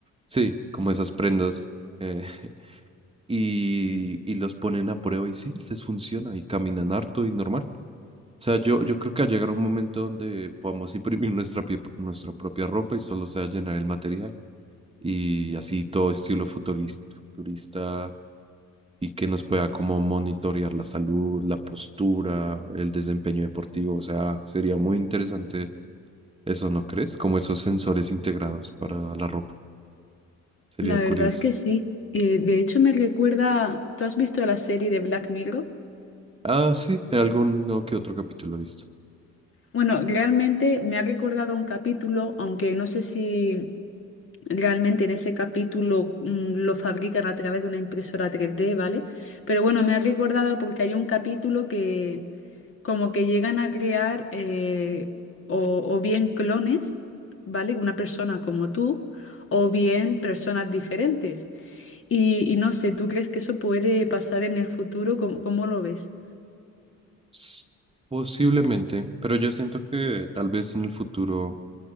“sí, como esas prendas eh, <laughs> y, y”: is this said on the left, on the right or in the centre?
Right